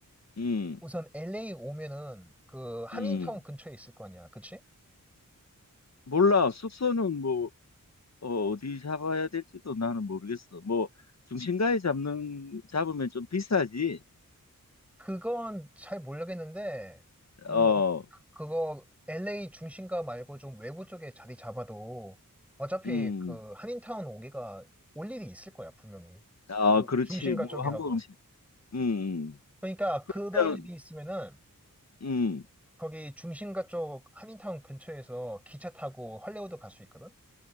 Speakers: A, on the left; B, in the centre.
A: 음,
B: 우선 LA 오면은 그 한인타운
A: 음.
B: 근처에 있을 거 아니야. 그치?
A: 몰라. 숙소는 뭐, 어, 어디 잡아야 될지도 나는 모르겠어. 뭐, 중심가에 잡는, 잡으면 좀 비싸지.
B: 그건 잘 모르겠는데, 음,
A: 어,
B: 어, 그- 그거 LA 중심가 말고 좀 외부 쪽에 자리 잡아도 어차피
A: 음,
B: 그 한인타운 오기가 올 일이 있을 거야, 분명히.
A: 아,
B: 그
A: 그렇지.
B: 중심가
A: 뭐,
B: 쪽에
A: 한국
B: 하고.
A: 음식. 음, 음.
B: 그러니까
A: 그러면,
B: 그럴 일이 있으면은
A: 음.
B: 거기 중심가 쪽 한인타운 근처에서 기차 타고 할리우드 갈 수 있거든?